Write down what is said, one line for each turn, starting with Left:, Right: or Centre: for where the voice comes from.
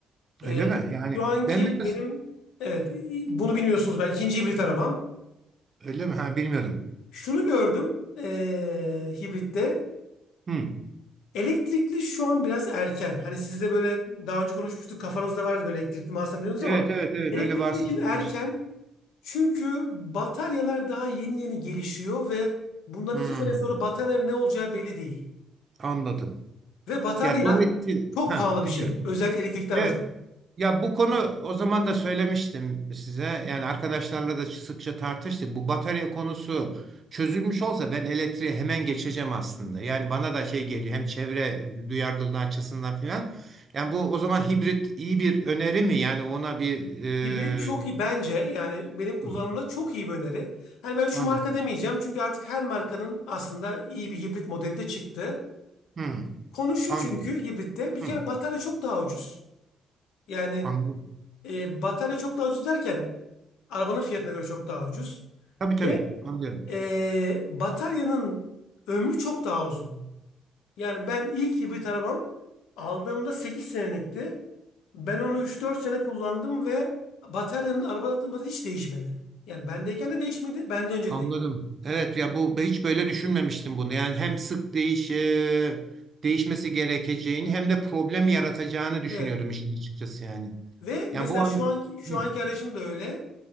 Left: Ee,
Right: öyle mi? Yani
Left: şu anki
Right: ben biraz
Left: benim evet bunu bilmiyorsunuz ben ikinci hibrit arabam.
Right: öyle mi? Ha, bilmiyordum.
Left: Şunu gördüm eee, hibritte.
Right: Hmm.
Left: Elektrikli şu an biraz erken. Hani siz de böyle daha önce konuşmuştuk kafanızda vardı böyle elektrikli mi alsam diyorsunuz
Right: Evet
Left: ama
Right: evet evet
Left: elektrikli
Right: öyle bahsetmiştim.
Left: için erken. Çünkü bataryalar daha yeni yeni gelişiyor ve bundan
Right: Hmm,
Left: iki sene sonra bataryaların ne olacağı belli değil.
Right: anladım.
Left: Ve batarya
Right: Ya dolayısıyla
Left: çok
Right: ha
Left: pahalı
Right: dinliyorum.
Left: bir şey. Özellikle elektrikli araçlar.
Right: Evet. Ya bu konu o zaman da söylemiştim size. Yani arkadaşlarla da sıkça tartıştık. Bu batarya konusu çözülmüş olsa ben elektriğe hemen geçeceğim aslında. Yani bana da şey geliyor hem çevre duyarlılığı açısından filan. Yani bu o zaman hibrit iyi bir öneri mi? Yani ona bir e,
Left: Hibrit çok iyi bence yani benim kullanımımda
Right: hı,
Left: çok iyi bir öneri. Hani ben şu
Right: anladım.
Left: marka demeyeceğim çünkü artık her markanın aslında iyi bir hibrit modeli de çıktı.
Right: Hı,
Left: Konu şu
Right: anladım.
Left: çünkü hibritte bir
Right: Hı,
Left: kere batarya çok daha ucuz. Yani
Right: anladım.
Left: e, batarya çok daha ucuz derken arabanın fiyatına göre çok daha ucuz.
Right: Tabii
Left: Ve
Right: tabii anlıyorum.
Left: e, bataryanın ömrü çok daha uzun. Yani ben ilk hibrit arabam aldığımda 8 senelikti. Ben onu üç dört sene kullandım ve bataryanın arabanın bataryası hiç değişmedi. Yani bendeyken de değişmedi, benden önce
Right: Anladım.
Left: de değişmedi.
Right: Evet ya bu hiç böyle düşünmemiştim bunu. Yani hem sık değiş e, değişmesi gerekeceğini hem de problem yaratacağını düşünüyordum
Left: Evet.
Right: işin açıkçası yani.
Left: Ve
Right: Ya
Left: mesela
Right: bu an
Left: şu anki şu
Right: Hı,
Left: anki aracım da öyle.